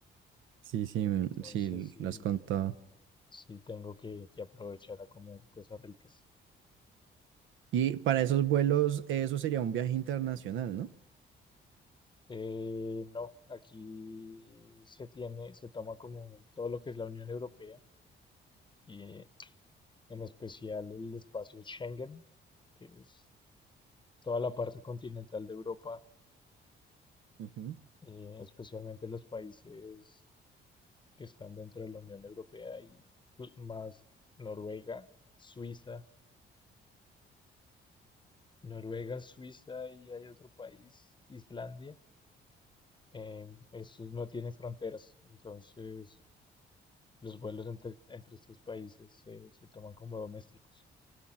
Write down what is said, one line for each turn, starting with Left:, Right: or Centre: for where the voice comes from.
Right: sí, sí,
Left: entonces
Right: me- sí,
Left: sí,
Right: lo has contado.
Left: sí tengo que que aprovechar a comer cosas ricas.
Right: Y para esos vuelos, eso sería un viaje internacional, ¿no?
Left: Eh, no, aquí se tiene, se toma como todo lo que es la Unión Europea y en especial el espacio Schengen, que es toda la parte continental de Europa,
Right: Ujú.
Left: eh, especialmente los países que están dentro de la Unión Europea y pl- más Noruega, Suiza, Noruega, Suiza y hay otro país, Islandia. Eh, estos no tienen fronteras, entonces Los vuelos entre, entre estos países se, se toman como domésticos.